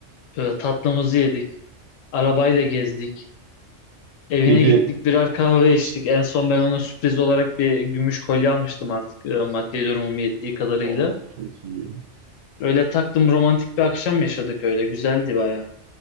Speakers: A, on the left; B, on the right.
A: e, tatlımızı yedik. Arabayla gezdik. Evine
B: Peki
A: gittik, birer kahve içtik.
B: çi-
A: En son ben ona sürpriz olarak bir gümüş kolye almıştım artık e, maddi durumum yettiği kadarıyla.
B: Oo, çok iyi.
A: Öyle taktım romantik bir akşam yaşadık öyle. Güzeldi baya.